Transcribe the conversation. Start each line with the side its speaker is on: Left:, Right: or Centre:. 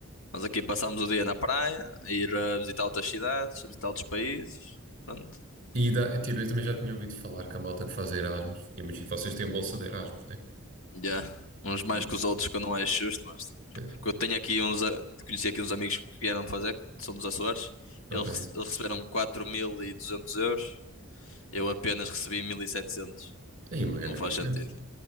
Left: nós aqui passamos o dia na praia, a ir a visitar outras cidades, a visitar outros países. Pronto.
Right: E dá, tipo, eu também já tinha ouvido falar que a malta que faz Erasmus, imagino que vocês têm um bolsa de Erasmus, né?
Left: Yeah. Uns mais
Right: Sim.
Left: que os outros que eu não acho justo, mas
Right: Pois,
Left: porque eu tenho aqui uns, a- conheci aqui uns amigos que vieram fazer, que são dos Açores.
Right: Ok.
Left: Eles, rece- eles receberam 4.200 euros. Eu apenas recebi mil e setecentos
Right: Aí É uma grande
Left: Não faz
Right: diferença.
Left: sentido.